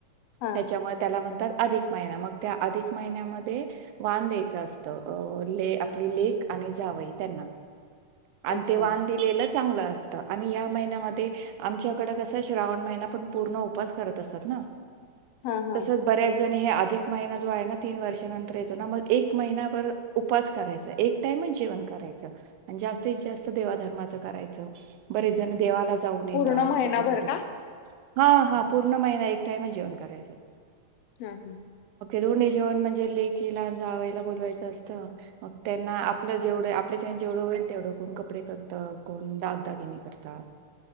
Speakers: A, on the left; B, on the right.
A: हा
B: त्याच्यामुळे त्याला म्हणतात अधिक महिना. मग त्या अधिक महिन्यामध्ये वान द्यायचं असतं. ले आपली लेक आणि जावयी. त्यांना. आणि
A: अच्छा
B: ते वान दिलेलं चांगलं अस आणि ह्या महिन्यामध्ये आमच्याकडे कसं श्रावण महिना पण पूर्ण उपास करत असतात ना.
A: हा हा
B: तसच बऱ्याच ज आणि हे अधिक महिना जो आहे ना तीन वर्षानंतर येतो ना, मग एक महिनाभर उपास करायचा. एक टाइमचं जेवण करायचं. जास्तीत जास्त देवा-धर्माच करायचं. बरेच जण देवा जाऊन येतात.
A: पूर्ण महिनाभर
B: कुठे कुठे
A: का
B: हा हा पूर्ण महिना एक टाइम जेवण करायचं.
A: हा हा.
B: दोंडी जेवण म्हणजे लेकीला आणि जावयाला बोलवायचं असतं. मग त्यांना आपलं जेवढं आप आपल्याच्यान जेवढं होईल तेवढं कोण कपडे करतं, कोण दागदाागिने करतात.